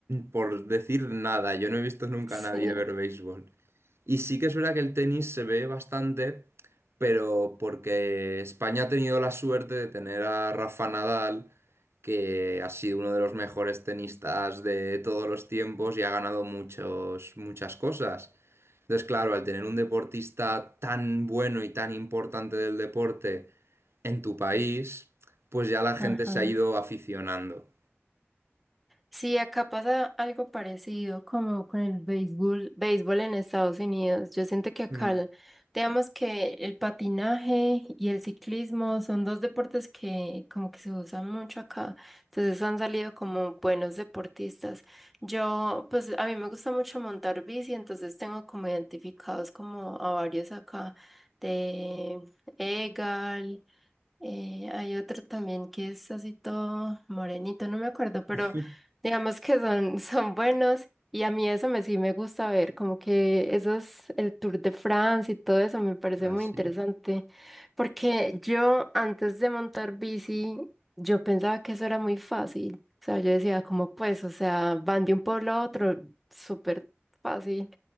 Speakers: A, on the right; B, in the centre.
A: por decir nada, yo no he visto nunca
B: Sí.
A: a nadie ver béisbol. Y sí que es verdad que el tenis se ve bastante, pero porque España ha tenido la suerte de tener a Rafa Nadal, que ha sido uno de los mejores tenistas de todos los tiempos y ha ganado muchos, muchas cosas. Entonces, claro, al tener un deportista tan bueno y tan importante del deporte en tu país, pues ya la gente
B: Ajá.
A: se ha ido aficionando.
B: Sí, acá pasa algo parecido como con el béisbol, béisbol en Estados Unidos. Yo siento que acá,
A: Mm.
B: el- digamos que el patinaje y el ciclismo son dos deportes que como que se usan mucho acá. Entonces han salido como buenos deportistas. Yo, pues a mí me gusta mucho montar bici, entonces tengo como identificados como a varios acá de Egal. Eh, hay otro también que es así todo morenito, no me acuerdo, pero
A: <laughs>
B: digamos que son, <laughs> son buenos y a mí eso me sí me gusta ver, como que eso es el Tour de France y todo eso me parece
A: Así.
B: muy interesante, porque yo antes de montar bici, yo pensaba que eso era muy fácil, o sea, yo decía, como pues, o sea, van de un pueblo a otro, súper fácil.